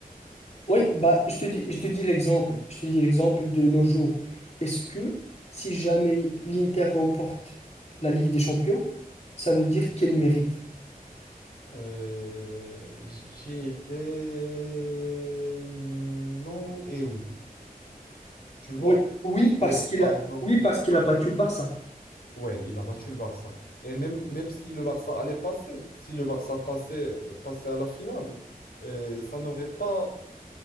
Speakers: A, on the left (about 45°); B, on the left (about 80°).
A: Oui, bah, je te dis, je te dis l'exemple, je te dis l'exemple de nos jours. Est-ce que si jamais l'Inter remporte la Ligue des Champions, ça veut dire qu'elle mérite?
B: Euh, je dirais non et oui. Tu vois,
A: Oui, oui,
B: parce
A: parce
B: que
A: qu'il
B: par
A: a,
B: exemple,
A: oui, parce qu'il a battu le Barça.
B: Ouais, il a battu le Barça. Et même, même si le Barça allait passer, si le Barça passait, passait à la finale, euh, ça n'aurait pas,